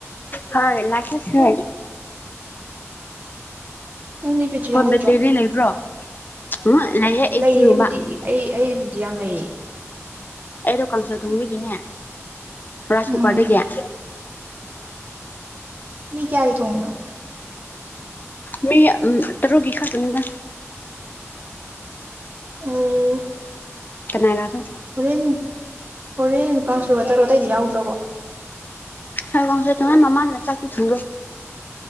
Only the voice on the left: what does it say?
ꯍꯣꯏ ꯂꯒꯦꯁ
ꯕꯦꯇ꯭ꯔꯤꯗꯤ ꯂꯩꯕ꯭ꯔꯣ ꯎꯝ ꯑꯩꯠꯇꯤꯒꯨꯝꯕ
ꯑꯩꯗꯣ ꯀꯥꯡꯁꯣꯏ ꯊꯣꯡꯕꯒꯤꯅꯦ ꯔꯥꯏꯁ
ꯀꯨꯀꯔꯗꯒꯤ <inaudible>
ꯃꯤ ꯇꯔꯒꯤ ꯈꯔꯅꯤꯡꯗ
ꯀꯅꯥ ꯏ ꯂꯥꯛꯒ
ꯍꯒꯥꯎꯁꯦ ꯊꯉ ꯃꯃꯥꯗ ꯆꯥꯛꯄꯤ ꯊꯨꯡꯗꯣ